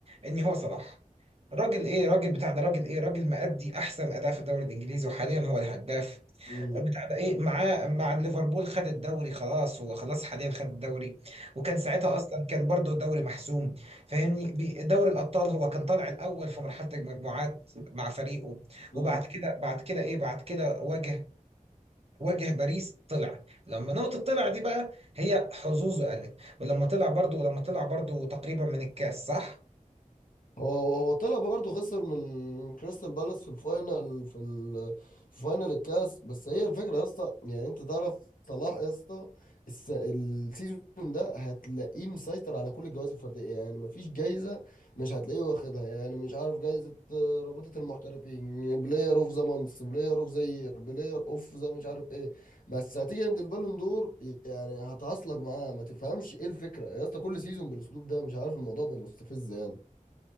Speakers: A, on the right (about 45°); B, on the left (about 80°).
A: ان هو صلاح راجل ايه راجل بتاع ده راجل ايه راجل مأدي احسن اداء في الدوري الانجليزي وحاليا هو الهداف
B: امم
A: بتاع ده ايه معاه مع ليفربول خد الدوري خلاص هو خلاص حاليا خد الدوري وكان ساعتها اصلا كان برضو الدوري محسوم فاهمني بي- دوري الابطال هو كان طالع الاول في مرحله المجموعات مع فريقه
B: امم
A: وبعد كده بعد كده ايه بعد كده واجه واجه باريس طلع لما نقطة طلع دي بقى هي حظوظه قلت ولما طلع برضو ولما طلع برضو تقريبا من الكاس صح؟
B: هو هو هو طلع برضه خسر من كريستال بالاس في الفاينل في ال- في فاينل الكاس بس هي الفكره يا اسطى يعني انت تعرف صلاح يا اسطى الس- السيزون ده هتلاقيه مسيطر على كل الجوائز الفرديه يعني مفيش جايزه مش هتلاقيه واخدها يعني مش عارف جايزه آه، رابطه المحترفين بلاير اوف ذا مانس بلاير اوف ذا يير بلاير اوف ذا مش عارف ايه بس هتيجي عند البالون دور يعني هتعصلك معاه ما تفهمش ايه الفكره يا اسطى كل سيزون بالاسلوب ده مش عارف الموضوع بقى مستفز يعني